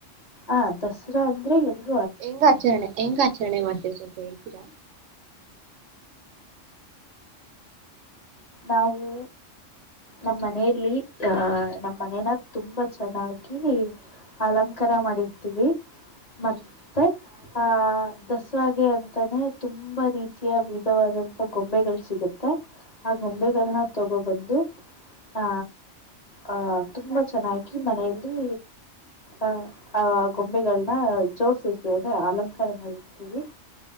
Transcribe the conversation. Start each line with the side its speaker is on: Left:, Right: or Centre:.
Left: ಆ ದಸರಾ ಅಂದ್ರೆ ಎಲ್ಲ.
Right: ಹೆಂಗ್ ಆಚರಣೆ ಹೆಂಗ ಆಚರಣೆ ಮಾಡ್ತೀರ ಸ್ವಲ್ಪ ಹೇಳ್ತೀರಾ.
Left: ನಾವು. ನಮ್ಮ ಮನೇೆಯಲ್ಲಿ ಅ ನಮ್ಮ್ ಮನನ ತುಂಬಾ ಚೆನ್ನಾಗಿ ಅಲಂಕಾರ. <unintelligible> ಮಾಡಿರ್ತೀವಿ ಮತ್ತೆ
Right: ಹ್ಮ್
Left: ಆಹ ದಸರಾಗೆ ಅಂತಾನೆ ತುಂಬಾ ರೀತಿಯ ವಿಧವಾದಂತ ಗೊಂಬೆಗಳು ಸಿಗುತ್ತೆ. ಆ ಗೊಂಬೆಗಳನ್ನ
Right: ಹ್ಮ್
Left: ತಗೋಬಂದು. ಹ ಆಹ ತುಂಬಾ ಚೆನ್ನಾಗಿ ಮನೆಯಲ್ಲಿ. ಆಹ ಆ ಗೊಂಬೆಗಳನ್ನ ಜೋಡ್ಸರ್ತೇವಿ ಅಂದ್ರೆ ಅಲಂಕಾರ ಮಾಡಿರ್ತೀವಿ.